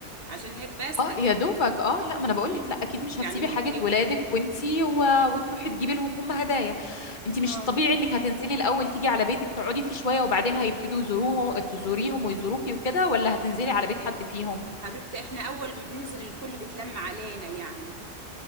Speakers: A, on the right (about 50°); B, on the left (about 40°).
A: عشان هيك بسأل
B: اه يا دوبك اه لا ما انا بقول
A: امم
B: لك لا اكيد مش
A: يعني
B: هتسيبي
A: ممكن
B: حاجه
A: يكون
B: ولادك وانتي و... وتروحي تجيبي لهم هم هدايا انتي مش
A: اه
B: الطبيعي انك هتنزلي الاول تيجي على بيتك تقعدي فيه شويه وبعدين هيبتدوا يزوروهم تزوريهم ويزوروكي وكده ولا هتنزلي على بيت حد فيهم
A: حبيبتي احنا اول ما بننزل الكل بتلم علينا يعني